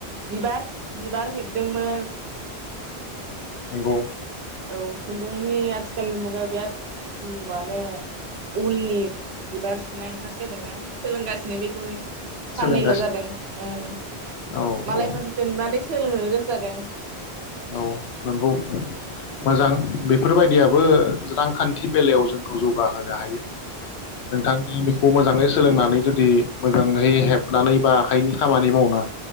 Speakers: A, on the right; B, on the left.
A: बिबार बिबार हेबदोंमोन
B: नंगौ।
A: औ खुन्दुंनि आथिखालनि मुगायाव बिराद माने उलनि बिबार सुनाय ओंखारसोगारदोंना सोलोंगासिनो बेखौनो।
B: सोलोंगासिनो
A: साननैल' जादों ओं
B: औ
A: मालायफोरनिखो
B: औ
A: नुनानै सोलोंनो गोसो जादों।
B: औ नंगौ। मोजां बेफोरबायदियाबो रांखान्थि बेलायाव जोंखौ जौगा होनो हायो। नोंथांङा बेखौ मोजांङै सोलोंनानै जुदि मोजांङै हेबनानै बा आखाइनि खामानि मावनो